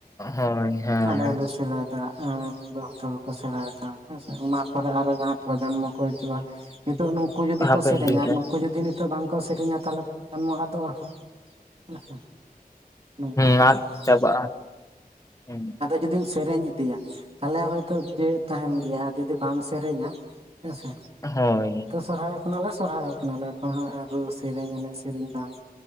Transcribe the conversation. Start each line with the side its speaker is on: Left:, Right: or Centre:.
Left: ᱦᱳᱭ ᱦᱮᱸ
Right: ᱟᱞᱮ ᱞᱮ ᱥᱮᱬᱟᱭᱮᱫᱟ, ᱟ ᱵᱟᱹᱦᱩ ᱛᱟᱠᱚ ᱠᱚ ᱥᱮᱲᱟᱭ ᱫᱟ ᱦᱮᱸ ᱚᱱᱟ ᱯᱚᱨᱮ ᱟᱨᱚ ᱡᱟᱦᱟᱸᱭ ᱯᱨᱚᱡᱚᱱᱢᱚ ᱠᱚ ᱦᱤᱡᱩᱜ-ᱟ᱾ ᱱᱤᱛᱚᱜ ᱱᱩᱝᱠᱩ ᱡᱩᱫᱤ
Left: ᱦᱟᱯᱮᱱ
Right: ᱠᱚ ᱥᱮᱨᱮᱧᱟ
Left: ᱫᱤᱱ
Right: ᱟᱨ
Left: ᱨᱮ
Right: ᱱᱩᱠᱩ ᱡᱩᱫᱤ ᱱᱤᱛᱚᱜ ᱵᱟᱝᱠᱚ ᱥᱮᱨᱮᱧᱟ ᱛᱟᱦᱞᱮ <unintelligible> ᱟᱫᱚᱜ-ᱟ ᱦᱟᱸᱠ ᱱᱚᱝᱠᱟ
Left: ᱦᱩᱸ ᱟᱫ
Right: ᱟᱨᱠᱤ
Left: ᱪᱟᱵᱟᱜᱼᱟ ᱦᱩᱸ
Right: ᱡᱩᱫᱤᱢ ᱥᱮᱨᱮᱧ ᱤᱫᱤᱭᱟ ᱛᱟᱦᱚᱞᱮ ᱦᱚᱭᱛᱚ ᱡᱮᱣᱮᱫ ᱛᱟᱦᱮᱱ ᱜᱮᱭᱟ ᱟᱨ ᱡᱩᱫᱤ ᱵᱟᱢ ᱥᱮᱨᱮᱧᱟ ᱦᱮᱸ ᱥᱮ
Left: ᱦᱳᱭ
Right: ᱥᱚᱨᱦᱟᱭᱚᱜ ᱠᱟᱱᱟᱞᱮ ᱥᱚᱨᱦᱟᱭᱚᱜ ᱠᱟᱱᱟᱞᱮ ᱮᱠᱷᱚᱱ ᱨᱩ ᱥᱮᱨᱮᱧ ᱮᱱᱮᱡ ᱥᱮᱨᱮᱧ ᱵᱟᱝ